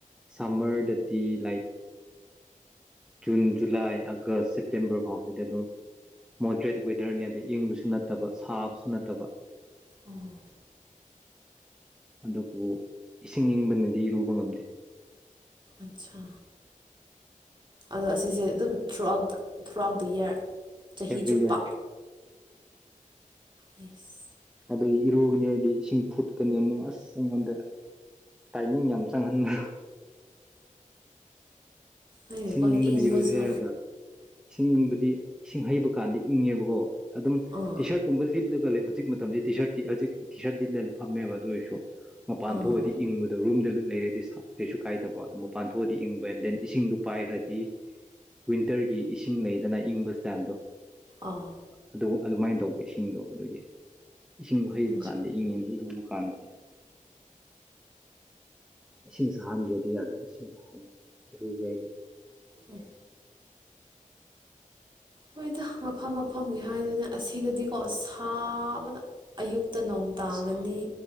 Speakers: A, in the centre; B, on the right.
A: ꯁꯝꯃꯔꯗꯗꯤ like June July August September ꯐꯥꯎꯁꯤꯗꯤ ꯑꯗꯨꯝ ꯃꯣꯗꯔꯦꯠ ꯋꯦꯗꯔꯅꯦꯕ ꯏꯪꯕꯁꯨ ꯅꯠꯇꯕ ꯁꯥꯕꯁꯨ ꯅꯠꯇꯕ
B: ꯑꯣ
A: ꯑꯗꯨꯕꯨ ꯏꯁꯤꯡ ꯏꯪꯕꯅꯗꯤꯔꯨꯕ ꯉꯝꯗꯦ
B: ꯑꯠꯆꯥ ꯑꯗꯣ ꯑꯁꯤꯁꯦ ꯑꯗꯨꯝ throughout the throughout the year ꯆꯍꯤ
A: ꯑꯦꯕꯔꯤ
B: ꯆꯨꯞꯄ
A: ꯌꯦꯔꯥ
B: ꯑꯩꯁ
A: ꯑꯗꯒꯤ ꯏꯔꯨꯒꯅꯤ ꯍꯥꯏꯗꯤ ꯏꯁꯤꯡ ꯐꯨꯠꯀꯅꯤ ꯑꯃꯨꯛ ꯑꯁ ꯏꯁꯤꯡꯁꯤꯗ ꯇꯥꯏꯃꯤꯡ ꯌꯥꯝ ꯆꯪꯍꯟꯕ
B: ꯍꯣꯏꯅꯦꯀꯣ
A: ꯏꯁꯤꯡ ꯏꯪꯕꯅꯤ
B: ꯏꯪꯕꯁꯨ
A: ꯏꯔꯨꯖꯔꯥꯒ ꯏꯁꯤꯡ ꯏꯪꯕꯗꯤ ꯏꯁꯤꯡ ꯍꯩꯕ ꯀꯥꯟꯗ ꯏꯪꯉꯦꯕꯒꯣ ꯑꯗꯨꯝ
B: ꯑꯥ
A: ꯏꯁꯥꯔꯠꯀꯨꯝꯕ ꯂꯤꯠꯂꯒ ꯂꯩ ꯍꯧꯖꯤꯛ ꯃꯇꯝꯗꯤ ꯇꯤ ꯁꯥꯔ꯭ꯠꯇꯤ ꯍꯧꯖꯤꯛ ꯇꯤ ꯁꯥꯔꯠ ꯂꯤꯠꯂꯒ ꯐꯝꯃꯦꯕ ꯑꯗꯨ ꯑꯣꯏꯁꯨ ꯃꯄꯥꯟ
B: ꯑꯥ
A: ꯊꯣꯛꯑꯗꯤ ꯏꯪꯕꯗ ꯔꯨꯝꯗ ꯂꯩꯔꯗꯤ ꯁꯥ ꯀꯩꯁꯨ ꯀꯥꯏꯗꯕ ꯑꯗꯨꯝ ꯃꯄꯥꯟ ꯊꯣꯛꯑꯗꯤ ꯏꯪꯕ ꯗꯦꯟ ꯏꯁꯤꯡꯗꯨ ꯐꯥꯗꯤ ꯋꯤꯟꯇꯔꯒꯤ ꯏꯁꯤꯡ ꯂꯩꯗꯅ ꯏꯪꯕ ꯆꯥꯡꯗꯣ
B: ꯑꯥ
A: ꯑꯗꯨ ꯑꯗꯨꯃꯥꯏ ꯇꯧꯕ ꯏꯁꯤꯡꯗꯣ ꯑꯗꯨꯒꯤ ꯏꯁꯤꯡꯗꯣ ꯍꯩꯕ
B: ꯎꯝ
A: ꯀꯥꯟꯗ ꯏꯪꯉꯦꯅ ꯏꯔꯨꯕ ꯀꯥꯟꯗꯗꯤ ꯏꯁꯤꯡ ꯁꯥꯍꯟꯗ꯭ꯔꯥꯗꯤ ꯌꯥꯗꯦ ꯏꯁꯤꯡ ꯑꯁꯥꯕꯅ ꯏꯔꯨꯒꯦ
B: ꯎ <inaudible> ꯍꯣꯏꯗ ꯃꯐꯝ ꯃꯐꯝꯒꯤ ꯍꯥꯏꯗꯅꯦ ꯑꯁꯤꯗꯗꯤꯀꯣ ꯁꯥꯕꯅ ꯑꯌꯨꯛꯇ ꯅꯣꯡ ꯇꯥꯒꯅꯤ